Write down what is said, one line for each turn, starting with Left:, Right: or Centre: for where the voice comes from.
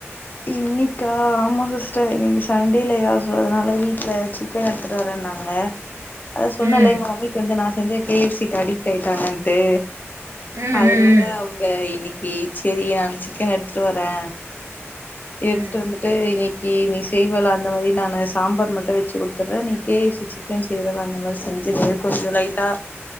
Left: இன்னைக்கா ஆமா சிஸ்டர் இன்னிக் சண்டேலயா சோ அதனால வீட்ல சிக்கன் எடுத்துட்டு வரே ன்னாங்க அத சொன்னல
Right: ம்
Left: எங்க மம்மிக்கு வந்து நா செஞ்ச கே எஃப் சி க்கி அடிக்ட்டாயிட்டாங்கன்ட்டு
Right: ம்
Left: அதனால
Right: ம்
Left: அவுங்க இன்னைக்கி சேரி நா சிக்கன் எடுத்துட்டு வரே எடுத்துட்டு
Right: ம் ம்
Left: வந்துட்டு இன்னிக் கி நீ செய்வல அந்த மாதிரி நா நா சாம்பார் மட்டு வச்சு குடுத்துர்றே நீ கே எப் சி சிக்கன் செய்வல்ல அந்த மாதிரி செஞ் ஞிரு கொஞ்சோ லைட்டா